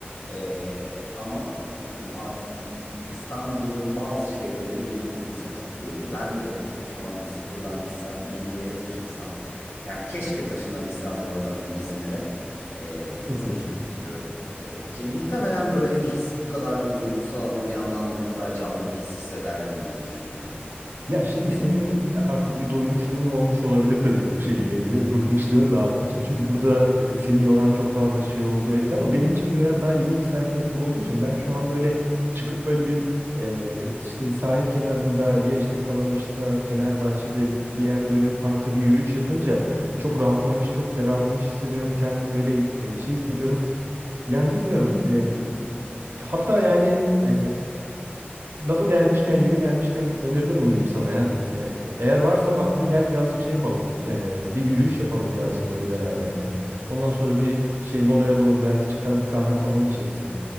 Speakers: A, on the left; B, on the right.
A: Ee, ama hani artık İstanbul'un bazı şeyleri beni mesela çok yoruyor. Ben de şu anda sıfırdan gitsem, yeni bir yere taşınsam. Yani keşke taşınabilsem bu arada hani İzmir'e. Ee, İzmir'i
B: <laughs>
A: çok seviyorum. E, ki muhtemelen böyle bir his bu kadar böyle duygusal ama bir yandan da bu kadar canlı bir his hissederdim diye düşünüyorum.
B: Ya şimdi
A: Kendim.
B: senin e, artık bir doymuşluğun olmuş olabilir tabii ki bu şehirle ilgili. Bıkmışlığın daha doğrusu. Çünkü burada e, seni yoran çok fazla şey oldu etti ama benim için biraz daha yeni bir sayfa gibi olduğu için ben şu an böyle çıkıp böyle bir e, işte sahil kenarında ya işte Kalamış'ta, Fenerbahçe'de bir yerde böyle bir parkta bir yürüyüş yapınca çok rahatlamış, çok ferahlamış hissediyorum. Kendimi böyle e, şey hissediyorum. Yani bilmiyorum. e, Hatta yani e, Lafı gelmişken, yeri gelmişken öneride bulunayım sana ya. E- Eğer varsa vaktin gel birazcık şey yapalım. Ee, bir yürüyüş yapalım birazcık böyle beraber de. Ondan sonra bir şey modaya doğru belki çıkar bir kahve falan içeriz.